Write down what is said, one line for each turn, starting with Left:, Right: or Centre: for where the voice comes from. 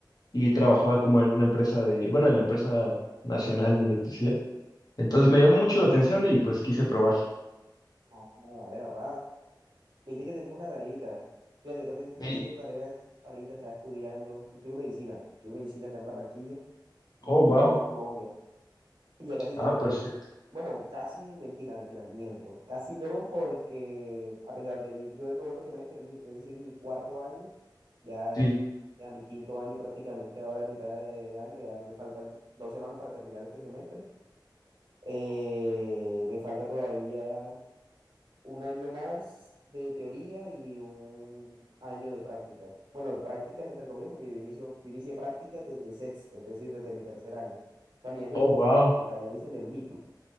Left: y trabajaba como en una empresa de, bueno, en la empresa nacional de electricidad. Entonces me llamó mucho la atención y pues quise probar.
Right: Ah, vale, papá. Viste que tenés una tareita. Fíjate, yo también estás
Left: Sí.
Right: haciendo tareas ahorita, estás estudiando. Yo estudio medicina. Estudio medicina acá en Barranquilla, mm,
Left: Oh, wow.
Right: de Colombia. Y ya casi
Left: Ah,
Right: termino.
Left: perfecto.
Right: Bueno, casi, mentira, mentira, miento. Casi no, porque a pesar de ir yo en noveno semestre, mi- es decir, mi cuarto año, ya entré
Left: Sí.
Right: a mi quinto año prácticamente ahora en mitad de año, ya me faltan dos semanas para terminar este semestre. Eh, me falta todavía un año más de teoría y un año de práctica. Bueno, de prácticas entre comillas, porque yo inicio, yo inicié prácticas desde sexto, es decir, desde mi tercer año. O sea, mi año,
Left: Oh,
Right: in-
Left: wow.
Right: lo que allá dicen el MIP.